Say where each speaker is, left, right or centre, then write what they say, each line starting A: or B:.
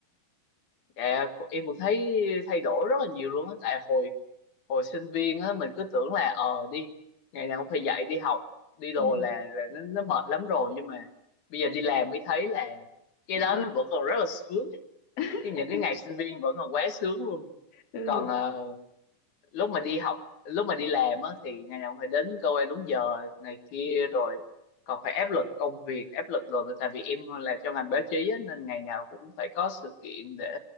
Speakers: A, on the left; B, on the left.
A: Dạ, cô- em cũng thấy thay đổi rất là nhiều luôn á tại hồi hồi sinh viên á mình cứ tưởng là ờ đi ngày nào cũng phải dậy đi học đi đồ
B: Ừ,
A: là, là nó, nó mệt lắm rồi nhưng mà bây giờ đi làm mới thấy là cái
B: mệt
A: đó
B: hơn.
A: nó vẫn còn rất là sướng
B: <laughs>
A: cái những cái ngày sinh viên vẫn còn quá sướng luôn
B: Ừ,
A: còn ờ, lúc mà đi học lúc mà đi làm á thì ngày nào cũng phải đến cơ quan đúng giờ này kia rồi còn phải áp lực công việc áp lực đồ tại vì em làm trong ngành báo chí á, nên ngày nào cũng phải có sự kiện để